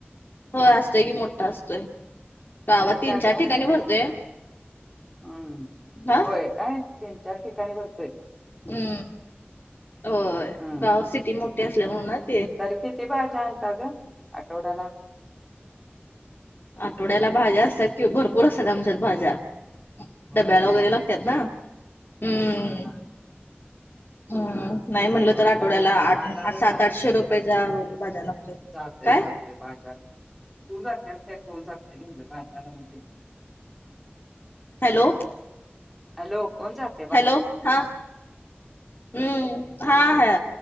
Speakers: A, on the left (about 55°); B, in the centre.
A: हो असतय कि मोठा असतोय गावात
B: तरी
A: तीन
B: काय
A: चार
B: काय
A: ठिकाणी
B: मिळेल
A: भरतोय
B: हम्म
A: हा
B: होय काय तीन चार ठिकाणी भरतोय
A: हम्म होय
B: हम्म
A: गाव सिटी मोठी असल्या म्हणूनच
B: तरी किती भाज्या आणता ग आठवड्याला
A: आठवड्याला भाज्या असतात किं भरपूर असतात आमच्यात भाज्या
B: होय
A: डब्याला वगैरे लागतात ना हम्
B: हा हा
A: हम्म
B: हा
A: नाही म्हटलं
B: आणि मग
A: तर आठवड्याला
B: तरी
A: आठ
B: बाजारात
A: सात आठशे रुपये चा बाजार लागतोय
B: चालतय
A: काय
B: चाल ते बाजार तू जा त्यास काय कोण जातय म्हणलं बाजारामध्ये
A: हॅलो
B: हॅलो कोण जात
A: हॅलो हा हम्म हा हा